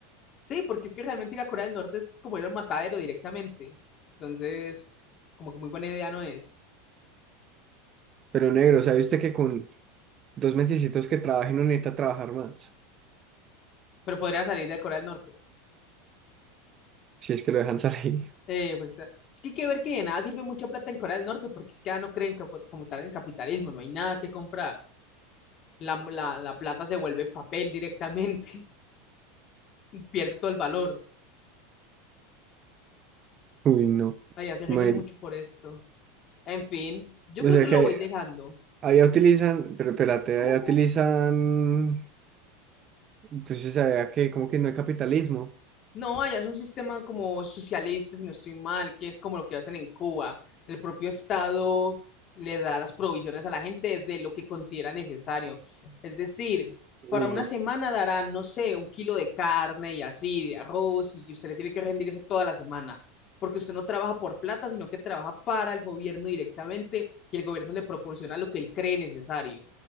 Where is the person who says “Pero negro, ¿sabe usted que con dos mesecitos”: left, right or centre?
Right